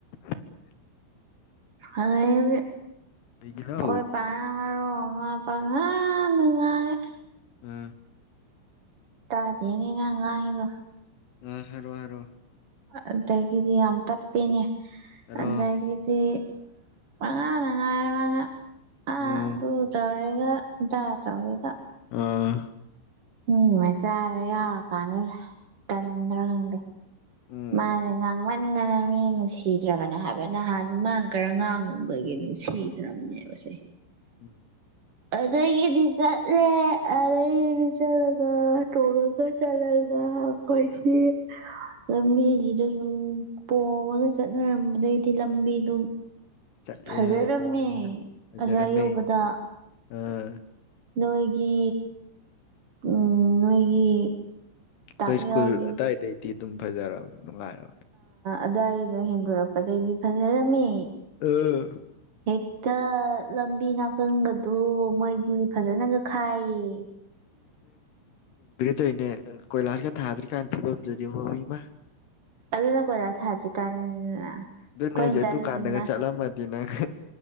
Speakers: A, on the left; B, on the right.
A: <inaudible>
B: ꯑꯗꯩꯗꯤ
A: ꯀꯩꯒꯤꯅꯣ
B: ꯈꯣꯏ ꯄꯥꯅ ꯃꯔꯣꯝ ꯋꯥ ꯄꯪꯉꯥꯡꯗ ꯉꯥꯡꯉꯦ
A: ꯑ
B: ꯇꯥꯗꯦꯅꯦ ꯅꯪ ꯉꯥꯡꯉꯤꯗꯣ
A: ꯎꯝ ꯍꯥꯏꯔꯣ ꯍꯥꯏꯔꯣ
B: ꯑꯗꯒꯤꯗꯤ ꯌꯥꯝ ꯇꯞꯄꯤꯅꯦ
A: ꯍꯥꯏꯔꯣ
B: ꯑꯗꯒꯤꯗꯤ ꯄꯉꯥꯡꯗ ꯉꯥꯡꯉꯦ ꯃꯥꯅ ꯑ
A: ꯎꯝ
B: ꯑꯗꯨ ꯇꯧꯔꯦꯒ ꯖꯥ ꯖꯥꯠ ꯅꯤꯗ
A: ꯑꯥ
B: ꯃꯤ ꯃꯆꯥꯗꯨ ꯌꯥꯎꯔꯀꯥꯟꯗꯨꯗ ꯇꯟꯗ꯭ꯔꯥ ꯈꯪꯗꯦ
A: ꯎꯝ
B: ꯃꯥꯅꯦ ꯉꯥꯡꯃꯟꯗꯅ ꯃꯤꯅ ꯅꯨꯡꯁꯤꯗ꯭ꯔꯕꯅꯦ ꯍꯥꯏꯕ ꯅꯍꯥꯟ ꯃꯥꯟ ꯀꯔ ꯉꯥꯡꯉꯨꯕꯒꯤ ꯅꯨꯡꯁꯤꯗ꯭ꯔꯝꯅꯦꯕꯁꯦ
A: <inaudible>
B: ꯑꯗꯨꯗꯩꯒꯤꯗꯤ ꯆꯠꯂꯦ ꯑꯗꯩꯒꯤꯗꯤ ꯆꯠꯂꯒ ꯇꯣꯡꯉꯒ ꯆꯠꯂ ꯗꯥ ꯀꯣꯏꯁꯤ ꯂꯝꯕꯤꯁꯤꯗ ꯁꯨꯝ ꯄꯣꯝꯃꯒ ꯆꯠꯅꯔꯝꯕꯗꯩꯗꯤ ꯂꯝꯕꯤꯗꯨꯝ
A: ꯆꯠꯂꯦ
B: ꯐꯖꯔꯝꯃꯦ
A: ꯄꯣꯝꯃꯦ ꯐꯖꯔꯝꯃꯦ
B: ꯑꯁ꯭ꯋꯥꯏ ꯌꯧꯕꯗ
A: <unintelligible>
B: ꯅꯣꯏꯒꯤ ꯎꯝ ꯅꯣꯏꯒꯤ
A: ꯑꯩꯈꯣꯏ
B: ꯇꯥꯛꯌꯦꯜꯒꯤ
A: ꯁ꯭ꯀꯨꯜ ꯑꯗꯥꯏꯗꯩꯗꯤ ꯑꯗꯨꯝ ꯐꯖꯔꯝ ꯅꯨꯡꯉꯥꯏꯔꯝꯅꯤ
B: ꯑꯗꯥꯏꯗ ꯍꯦꯟꯗꯣꯔꯛꯄꯗꯩꯗꯤ ꯐꯖꯔꯝꯃꯦ
A: ꯑꯥ
B: ꯆꯠ ꯂꯝꯕꯤ ꯅꯥꯀꯟꯒꯗꯣ ꯃꯣꯏ ꯗꯤ ꯐꯖꯟꯅꯒ ꯈꯥꯏꯌꯦ
A: ꯇꯩꯗꯤ ꯀꯣꯏꯂꯥꯁꯒ ꯊꯥꯗ꯭ꯔꯤꯀꯥꯟ ꯐꯤꯕꯝꯗꯨꯗꯤ ꯍꯣ ꯏꯃꯥ
B: ꯑꯗꯨꯅ ꯀꯣꯏꯂꯥꯁ ꯊꯥꯗ꯭ꯔꯤ ꯀꯥꯟꯒꯤꯅꯤꯗꯅ
A: ꯑꯗꯨꯅ
B: ꯈꯣꯏꯅ
A: ꯍꯧꯖꯤꯛ
B: ꯆꯠꯂꯤꯗꯨꯅ
A: ꯑꯗꯨꯀꯥꯟꯗꯒ ꯆꯠꯂꯝꯃꯗꯤ ꯅꯪ